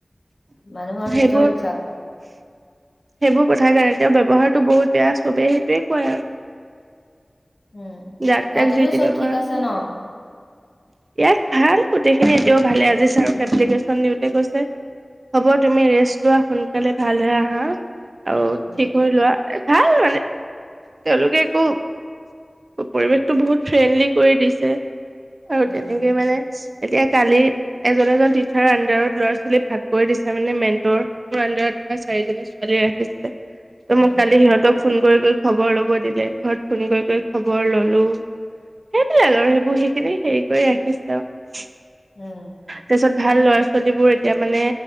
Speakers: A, on the left; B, on the right.
A: মানুহৰ
B: সেইবোৰ
A: নিজৰ ইচ্ছা
B: সেইবোৰ কথাই কাৰণে এ তেওঁ ব্যৱহাৰতটো বহুত বেয়া সবেই সেইটোৱে কয় আৰু
A: উম
B: যাক
A: ইয়াতোতো
B: তাক যি
A: চব
B: ব্যৱহাৰ
A: ঠিক আছে
B: কৰে,
A: ন
B: ইয়াত ভাল প্ৰতি এ এতিয়াও ভালে আজি চাৰ ক এপ্লিকেচন দিওঁ তে কৈছে হ'ব তুমি ৰেষ্ট লোৱা, সোনকালে ভাল হৈ আহা। আৰু
A: উম
B: ঠিক হৈ লোৱা। ভাল মানে তেওঁলোকে একো পৰিৱেশতটো বহুত ফ্ৰেণ্ডলি কৰি দিছে। আৰু
A: উম
B: তেনেকেই
A: উম
B: মানে এতিয়া কালি এজন এজন তিছাৰৰ আনডাৰত লৰা ছোৱালী ভাগ কৰি দিচে, মানে মেণ্টৰ মোৰ আনডাৰত ধৰা চাৰিজনী ছোৱালী ৰাখিদিচে। ত মোক কালি
A: উম
B: সিহঁতক ফোন কৰি খবৰ লব দিলে ঘৰত ফোন কৰি কৰি খবৰ ললো সেইবিলাক আৰু সেইবোৰ সেইখিনি হেৰি কৰি ৰাখিছে আৰু
A: উম
B: তাৰপিছত ভাল ল'ৰা ছোৱালীবোৰ এতিয়া মানে,